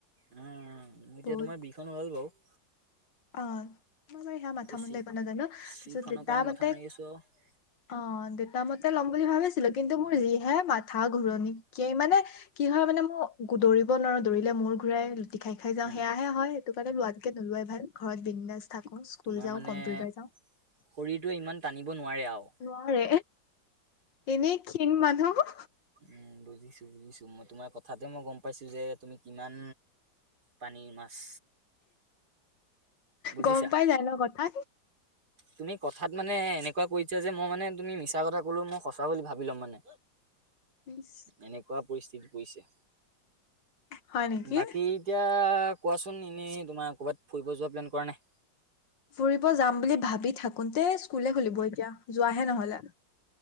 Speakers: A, on the right (about 55°); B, on the left (about 75°).
A: উম উম এতিয়া
B: বহুত
A: তোমাৰ বিখন ওলাল বাৰু
B: অ মই বাৰু সেয়া মাথা
A: এতিয়া
B: মুন্দ
A: চি
B: একো নাজানো
A: চিখনৰ
B: তাৰপিছত
A: কাৰণে
B: তাৰ মাতে
A: মাথা মাৰি আছোঁ আৰু
B: অ দেউতা মতে ল'ম বুলি ভাবিছিলো কিন্তু মোৰ যিহে মাথা ঘূৰণীকে মানে কি হয় মানে মো একো দৌৰিব নোৱাৰো দৌৰিলে মূৰ ঘূৰাই লুটি খাই খাই যাওঁ
A: উম।
B: সেয়াহে হয় সেইটো কাৰণে লোৱতকে নোলোৱাই ভাল ঘৰত বিন্দাছ
A: তোমাৰ
B: যাওঁ
A: মানে
B: কম্পিউটাৰ যাওঁ
A: শৰীৰটোৱে ইমান টানিব নোৱাৰে আৱ
B: নোৱাৰে এনেই ক্ষীণ মানুহ
A: উম বুজিছো বুজিছো মই তোমাৰ কথাতে মই গম পাইছো যে তুমি কিমান পানীৰ মাছ বুজিছা
B: গম পাই যায় ন কথা
A: তুমি কথাত মানে এনেকুৱা কৈছা যে মই মানে তুমি মিছা কথা কলো মই সঁচা বুলি ভাবি ল'ম মানে
B: ইচ
A: এনেকুৱা পৰিস্থিতি পৰিছে
B: হয় নেকি
A: বাকী এতিয়া কোৱাচোন এনেই তোমাৰ ক'ৰবাত ফুৰিব যোৱা প্লেন কৰা নাই
B: ফুৰিব যাম বুলি ভাবি থাকোতে স্কুলে খুলিব এতিয়া যোৱাহে নহলে